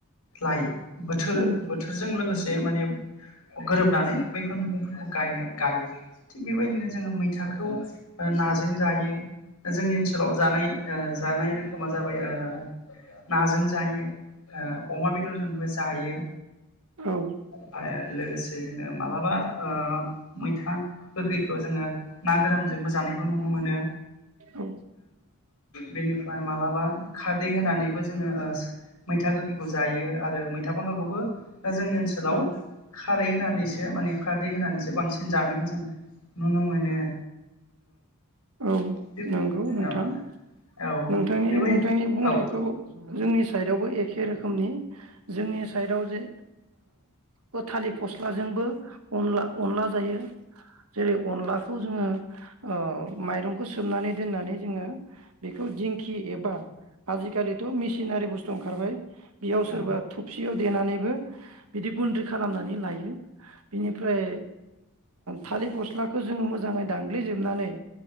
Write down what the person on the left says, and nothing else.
लायो बोथोर
बोथोरजों लोगोसे माने गोरोबनानै बैफोर मैगंफोरखौ गायनो गायो थिग बेबायदिनो जोङो मैथा खौ ओ नाजों जायो जोंनि ओनसोलाव जानाय ओ जानाय रोखोमा जाबाय ओ नाजों जायो ओ अमा बेदरजोंबो जायो जायो
ओमफ्राय लोगोसे जोङो मालाबा ओ मैथा गोखै जोङो ना गोरानजोंबो जानाय नुनो मोनो
बेनिफ्राय मालाबा खारदै होनानैबो जोङो ओ मैथा गोखैखौ जायो आरो मैथा बांगालखौबो जोंनि ओनसोलाव
खारै होननानैसो सो माने खारदै होनानैसो बांसिन जानायखौ जों नुनो मोनो।
बे
औ औ
बेबायदि
औ
औ